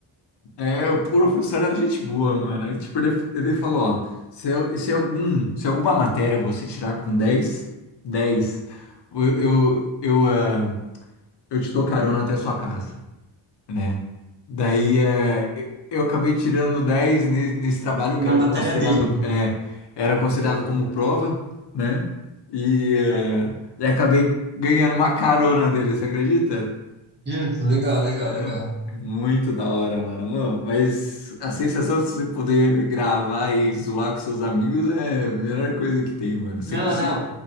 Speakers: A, on the left; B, on the right.
A: é o professor era gente boa, mano. Aí, tipo, ele, ele falou: ó, se, eu- se, algum, se alguma matéria você tirar com dez dez Eu, eu, eu, ah, eu te dou carona até a sua casa, né? Daí é, eu eu acabei tirando 10 ne- nesse trabalho que
B: Na
A: era
B: matéria
A: considerado,
B: dele.
A: é, era considerado como prova, né? E, é, e acabei ganhando uma carona dele, você acredita?
B: Justo, legal, legal,
A: É,
B: legal.
A: muito da hora, mano. Mano, Mas a sensação de você poder gravar e zoar com seus amigos é a melhor coisa que tem, mano. Você,
B: Não,
A: consi-
B: não.